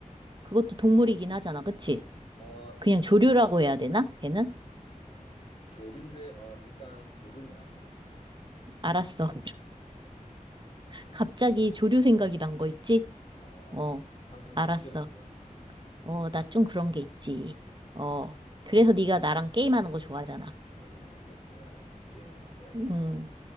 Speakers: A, on the right (about 35°); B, on the left (about 45°).
A: 그것도 동물이긴 하잖아, 그치?
B: 어,
A: 그냥 조류라고 해야 되나? 걔는?
B: 조류인데, 어, 일단 조류는 아니야.
A: 알았어. <laughs>
B: 음.
A: 갑자기 조류 생각이 난 거 있지?
B: 아,
A: 어,
B: 상상력이
A: 알았어.
B: 뛰어나구나. <laughs>
A: 어, 나 좀 그런 게 있지. 어, 그래서 네가 나랑 게임하는 거 좋아하잖아.
B: 맞아, 맞아. 그래서 내가 게임하는 거 좋아해,
A: 음.
B: 너랑.